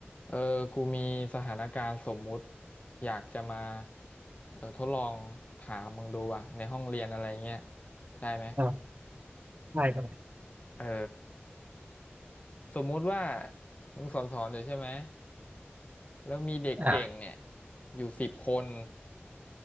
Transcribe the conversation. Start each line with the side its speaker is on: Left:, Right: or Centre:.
Left: เออกูมีสถานการณ์สมมุติอยากจะมาเออทดลองถามมึงดูว่ะในห้องเรียนอะไรเงี้ยได้ไหม
Right: อ่าได้ได้
Left: เออสมมุติว่ามึงสอนสอนอยู่ใช่ไหมแล้วมีเด็กเก่งเนี่ย
Right: อ่า
Left: อยู่สิบคน